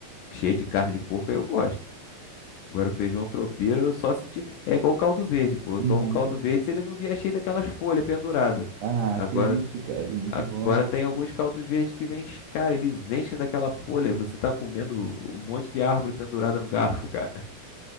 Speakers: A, on the left (about 80°); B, on the right (about 75°).
A: cheia de carne de porco, eu gosto. Agora, feijão tropeiro, eu só se. ti- É igual caldo verde, pô. Eu
B: Uhum.
A: tomo caldo verde
B: <laughs>
A: se ele não vier cheio daquelas folhas penduradas.
B: Ah,
A: Agora.
B: que isso, cara, muito
A: Agora
B: bom.
A: tem alguns caldos verdes que vêm, cara, eles enchem daquela folha. Você tá comendo um monte de árvore pendurada no garfo, cara.